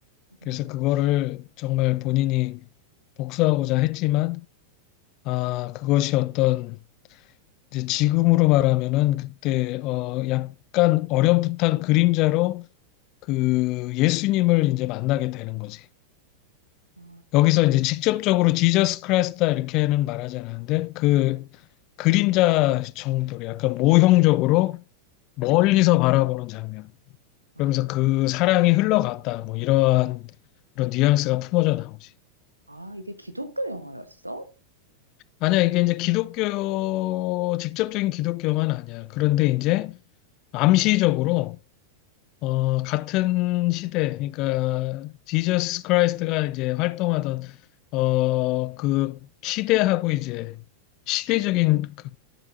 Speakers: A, on the left; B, on the right.
A: 그래서
B: 음,
A: 그거를 정말 본인이 복수하고자 했지만 아 그것이 어떤 이제 지금으로 말하면은 그때 어 약간 어렴풋한 그림자로 그 예수님을 이제 만나게 되는 거지.
B: 아,
A: 여기서 이제 직접적으로 지저스 크라이스다 이렇게는 말하지 않았는데 그 그림자 정도로 약간 모형적으로 멀리서 바라보는 장면.
B: 아.
A: 그러면서 그 사랑이 흘러갔다. 뭐 이러한 그런 뉘앙스가 품어져 나오지.
B: 아, 이게 기독교 영화였어?
A: 아니야, 이게 이제 기독교, 직접적인 기독교만 아니야. 그런데 이제 암시적으로 어, 같은 시대, 그러니까 지저스 크라이스트가 이제 활동하던 어, 그 시대하고 이제 시대적인 그